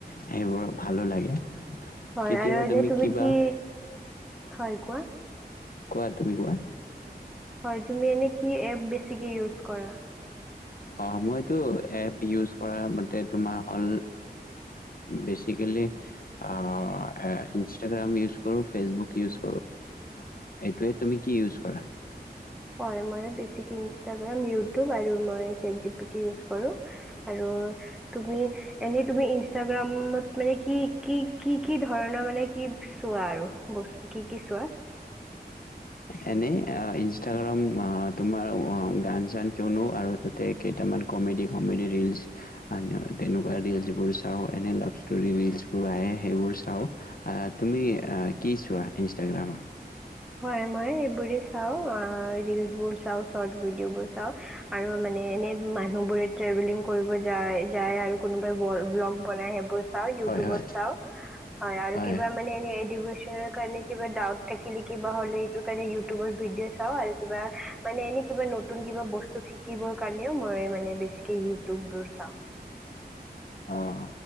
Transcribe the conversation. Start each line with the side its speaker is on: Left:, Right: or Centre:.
Left: সেইবোৰ ভালো লাগে।
Centre: হয়
Left: কেতিয়াবা
Centre: আৰু এনে তুমি
Left: কিবা
Centre: কি হয় কোৱা
Left: কোৱা তুমি কোৱা?
Centre: হয় তুমি কি এপ বেছিকে ইউজ কৰা।
Left: অ' মই টো এপ ইউজ কৰা মতে তোমাৰ অল বেছিকেলি ইনষ্টাগাম ইউজঢ কৰো ফেচবুক ইউজ কৰো। সেইটোৱে তুমি কি ইউজ কৰা।
Centre: হয় মই বেছিকে ইষ্টাগ্ৰাম। আৰু তুমি চাটজেপটি ইউজ কৰোঁ‌। এনেতুমি ইষ্টাগ্ৰামো ইউজ কৰোঁ‌। উম ম মানে কি কি কি কি ধৰণৰ মানে কি চোৱা আৰু বস্তু ঠিক। কি ছোৱা
Left: এনেই ইনষ্টাগ্ৰাম তোমাৰ গান চান কিয়নো আৰু তাতে কেইটামান কমেডি কমেডি ৰিলচ তেনেকুৱা ৰিলচবোৰ চাওঁ এনে লাভ ষ্টৰী ৰিলচবোৰ আহে। সেইবোৰ চাওঁ তুমি কি চোৱা ইনষ্টাগ্ৰামত।
Centre: হয় মই এইবোৰে চাও অ' ৰিলচ বোৰ চাওঁ‌ চৰ্ট ভিডিঅ' বোৰ চাওঁ‌ আৰু মানে এনে মানুহ বোৰে ট্ৰেভেলিং কৰিব যায় যায়। আৰু কোনোবাই ব্লগ বনাই সেইবোৰ চাও ইউটিউবত
Left: হয় হয়
Centre: চাওঁ‌ আৰু
Left: হয়
Centre: কিবা মানে একজামৰ কাৰণে ডাইট থাকিলে। কিবা হ'লে এইটোকাৰণে ইউত তোমাৰ ভিডিঅ'ত চাও আৰু কিবা, মানে এনে কিবা নতুন কিবা বস্তু শিকিবৰ কাৰণেও মই মানে বেছি। কি ইউটোববোৰ চাও।
Left: অঁ